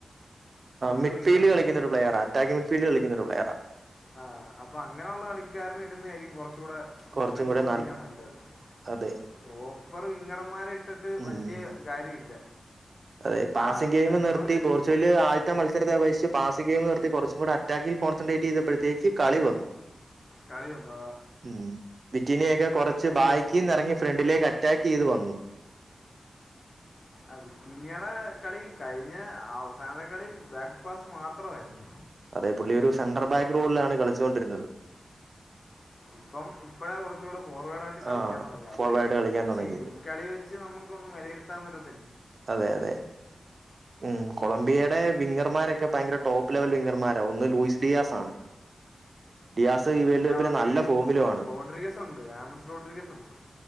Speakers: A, on the right; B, on the left.
A: മിഡ്ഫീൽഡ്
B: കളിക്കുന്ന കളിക്കാരനാണ്
A: കളിക്കുന്നൊരു പ്ലെയർ അറ്റാക്ക് മിഡ്ഫീൽഡ് കളിക്കുന്നൊരു പ്ലെയർ
B: ആ അപ്പോ അങ്ങനെയുള്ള കളിക്കാരന് ഇടുന്നതായിരിക്കും കുറച്ച കുറച്ചൂടെ
A: കുറച്ചും
B: ഡിഫൻസ്
A: കൂടെ
B: പൊട്ടിക്ക നല്ലത്
A: അതെ
B: പ്രോപ്പർ വിങ്ങർമാരെ ഇട്ടിട്ട്
A: ഉം
B: വലിയ കാര്യമില്ല
A: അതെ പാസിംഗ്
B: ആ
A: ഗെയിം
B: പെഡ്രോന്
A: നിർത്തി പോർച്ചുഗൽ ആദ്യത്തെ മത്സരത്തെ അപേക്ഷ പാസ് ഗെയിം നിർത്തി കുറച്ച്കൂടെ അറ്റാക്കിൽ കോൺസെൻട്രേറ്റ് ചെയ്തപ്പോഴേക്ക് കളി വന്നു
B: കളി വന്നു
A: ഉം വിറ്റിനിയൊക്കെ കൊറച്ച് ബായ്ക്കിന്ന്
B: ജസ്റ്റ്
A: ഇറങ്ങി ഫ്രണ്ടിലേക്ക് അറ്റാക്ക് ചെയ്ത് വന്നു
B: ആ വിറ്റിന്നിയുടെ കളി കഴിഞ്ഞ അവസാനത്തെ കളി ബാക്ക് പാസ് മാത്രമായിരുന്നു
A: അതേ പുള്ളിയൊരു സെൻടർ
B: ഇ-
A: ബാക്ക് റോളിലാണ് കളിച്ചുകൊണ്ടിരുന്നത്
B: ഇപ്പം ഇപ്പഴേ കുറച്ചുകൂടെ ഫോർവേഡ് ആയിട്ട് കളിക്കാൻ
A: ആ
B: തുടങ്ങി അത്
A: ഫോർവേഡ് കളിക്കാൻ
B: പക്ഷെ
A: തുടങ്ങിയത്
B: ഈ കളി വെ ച്ച് നമുക്കൊന്ന് വിലയിരുത്താ വര
A: അതെ അതെ ഉം കൊളംബിയയുടെ വിംഗർമാരൊക്കെ <unintelligible> ഭയങ്കര ടോപ്പ് ലെവൽ വിംഗർമാരാ ഒന്ന് ലൂയിസ് ഡിയാസ് ആണ് ഡിയാസ് ഈ
B: പിന്നെ
A: വേൾഡ് കപ്പിൽ
B: അവർക്ക്
A: നല്ല ഫോമിലും ആണ്
B: റോഡ്റികസുണ്ട് ആമസ് റോഡറികസുണ്ട്